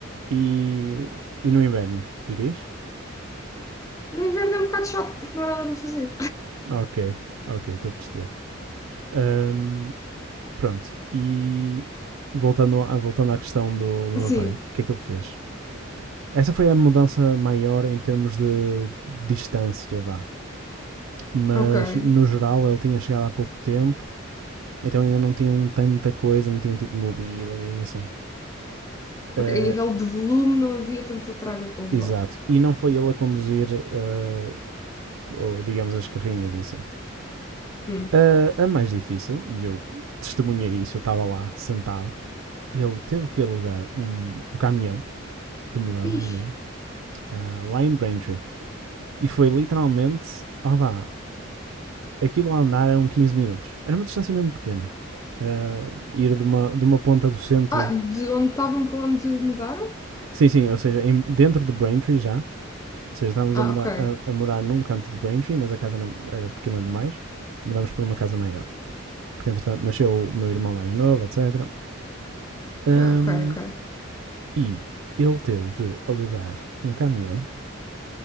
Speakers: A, on the right (about 80°); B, on the left (about 15°).
A: E, e no inverno, dirias?
B: No inverno é um bocado chato porque não há nada para fazer.
A: Ok, ok, estou a perceber. Ahm, pronto, e voltando, a, voltando à questão do, do meu
B: Sim,
A: pai, o que é que ele fez? Essa foi a mudança maior em termos de distância, vá. Mas
B: ok.
A: no geral ele tinha chegado há pouco tempo, então ainda não tinham tanta coisa, não tinham tipo mobília e assim. Ah,
B: Ok, a nível de volume não havia tanta tralha para levar.
A: exato. E não foi ele a conduzir, ah, ou, digamos, as carrinhas e assim.
B: Hum.
A: A, a mais difícil, e eu testemunhei isso, eu estava lá sentado, ele teve que alugar um, um caminhão de mudanças
B: Ixi.
A: mesmo, ah, lá em Braintree. E foi literalmente, ó vá, aquilo a andar eram 15 minutos. Era uma distância mesmo pequena. Era ir de uma, de uma ponta do centro.
B: Ah, de onde estavam para onde mudaram?
A: Sim, sim, ou seja, em- dentro de Braintree já. Ou seja, estávamos
B: Ah,
A: a, mudar,
B: ok.
A: a, a morar num canto de Braintree, mas a casa era, era pequena demais. Mudámos para uma casa maior. Porque, entretanto, nasceu o meu irmão mais novo, etc. Ahm,
B: Ah, ok, ok.
A: E ele teve de alugar um caminhão